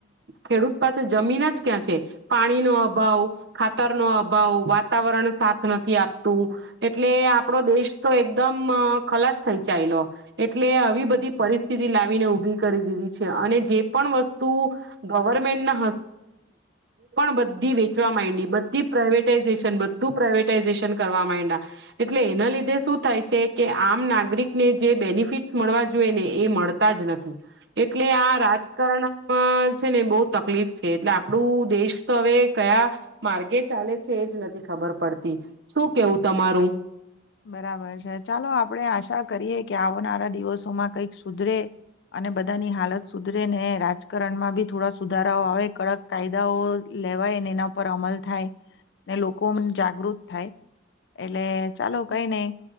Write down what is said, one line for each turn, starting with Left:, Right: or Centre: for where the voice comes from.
Right: ખેડૂત. પાસે જમીન જ ક્યાં છે પાણી નો અભાવ ખાતર નો અભાવ વાતાવરણ સાથ નથી આપતું એટલે આપડો દેશ તો એકદમ ખલાસ થઈ ચાલલો એટલે આવી બધી પરિસ્થિતિ લાવીને ઉઊભી કરી દીધી છે અને જે પણ વસ્તુ ગવર્મેન્ટના બધી વેચવા માંડી બી પ્રઇવેટાઈઝેશન બું પ્રઇવેટાઈઝેશન કરવા માં એટલે એના લીધે શું થાય છે કે આમ નાગરિકને જે બેનિફિટ મળવા જોઈએને એ મળતા જ નથી એટલે આ રાજકારણમાં છે ને બહુ તકલીફ છે એટલે આપણું દેશ તો હવે કયા માર્ગે ચાલે છે એજ નથી ખબર પડતી શું કેવું તમારું?
Left: બરાબર છે ચાલો આપડે આશા કરીએ કે આવનારા દિવસોમાં કઈક સુધરે અને બધાની હાલત સુધરે ને રાજકારણમાં બી થોડા સુધારાઓ આવે કડક કાયદાઓ લેવાયને એના પર અમલ થાય ને લોકો જાગૃત થાય એટલે ચાલો કઈ નહી